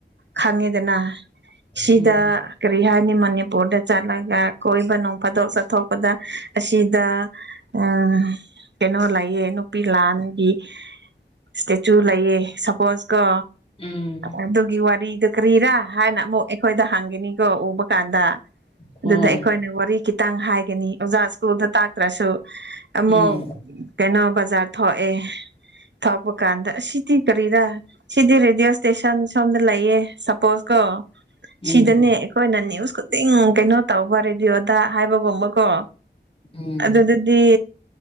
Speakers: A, on the right; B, on the left.
A: ꯈꯪꯉꯤꯗꯅ ꯁꯤꯗ
B: ꯎꯝ
A: ꯀꯔꯤ ꯍꯥꯏꯅꯤ ꯃꯅꯤꯄꯨꯔꯗ ꯆꯠꯂꯒ ꯀꯣꯏꯕꯅꯣ ꯐꯥꯗꯣꯛ ꯆꯠꯊꯣꯛ ꯗ ꯑꯁꯤꯗ ꯎꯝ ꯀꯩꯅꯣ ꯂꯩꯌꯦ ꯅꯨꯄꯤ ꯂꯥꯟꯒꯤ ꯏꯁꯇꯦꯆꯨ ꯂꯩꯌꯦ ꯁꯄꯣꯁ ꯀꯣ
B: ꯎꯝ ꯎꯝ
A: ꯑꯗꯨꯒꯤ ꯋꯥꯔꯤꯗ ꯆ ꯀ꯭ꯔꯤꯔꯥ ꯍꯥꯏꯅ ꯑꯃꯨꯛ ꯑꯩꯈꯣꯏꯗ ꯍꯪꯈꯤꯅꯤꯀꯣ ꯎꯕ ꯀꯥꯟꯗ
B: ꯍꯣꯏ
A: ꯑꯗꯨꯗ ꯑꯩꯈꯣꯏꯅ ꯋꯥꯔꯤ ꯈꯤꯇꯪ ꯍꯥꯏꯒꯅꯤ ꯑꯣꯖꯥ ꯁ꯭ꯀꯨꯜꯗ ꯇꯥꯛꯇ꯭ꯔꯁꯨ ꯑꯃꯨꯛ
B: ꯎꯝ
A: ꯀꯩꯅꯣ ꯕꯖꯥꯔ ꯊꯣꯛꯑꯦ ꯊꯄ ꯀꯥꯟꯗ ꯁꯤꯗꯤ ꯀꯔꯤꯔ ꯁꯤꯗꯤ ꯔꯦꯗꯤꯑꯣ ꯏꯁꯇꯦꯁꯟ ꯁꯣꯝꯗ ꯂꯩꯌꯦ ꯁꯄꯣꯁ ꯀ
B: ꯎꯝ
A: ꯁꯤꯗꯅꯦ ꯑꯩꯈꯣꯏꯅ ꯅꯅꯤꯌꯨꯁ ꯈꯨꯗꯤꯡ ꯀꯩꯅꯣ ꯇꯧꯕ ꯔꯦꯗꯤꯑꯣꯗ ꯍꯥꯏꯕꯒꯨꯝꯕꯀꯣ
B: ꯎꯝ
A: ꯑꯗꯨ ꯍꯥꯏꯗꯤ